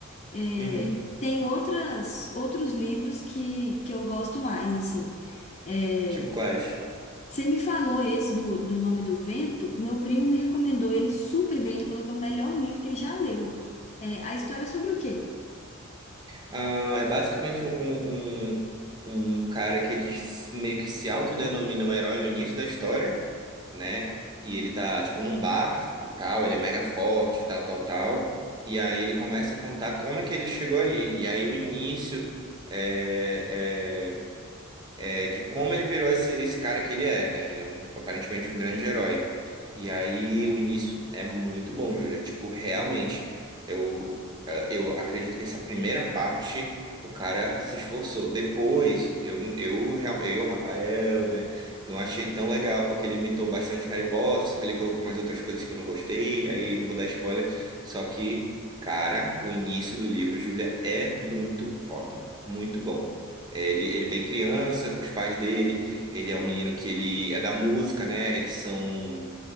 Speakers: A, on the left; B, on the right.
A: É,
B: Uhum.
A: tem outras, outros livros que, que eu gosto mais, assim. É,
B: Tipo quais?
A: você me falou esse do, do Nome do Vento, meu primo me recomendou ele super bem, ele falou que é o melhor livro que ele já leu. É, a história é sobre o quê?
B: Ah, é basicamente um, um, um um cara que ele s- meio que se autodenomina um herói no início da história. né? E ele tá, tipo, num bar e tal, ele é mega forte, e tal, tal, tal. E aí ele começa a contar como é que ele chegou ali. E aí o início eh, eh, é, de como ele virou esse, esse cara que ele é, né? Ele é um, aparentemente um grande herói. E aí o início é muito bom, Júlia. Tipo, realmente, eu, eh, eu acredito que essa primeira parte o cara se esforçou. Depois, eu, eu, real- eu, Rafael, né? Não achei tão legal, porque ele imitou bastante Harry Potter, só que ele colocou mais outras coisas que eu não gostei. Aí não vou dar spoiler. Só que, cara, o início do livro, Júlia, é muito foda. Muito bom. É, Ele, ele é bem criança, com os pais dele. Ele é um menino que ele é da música, né? Eles são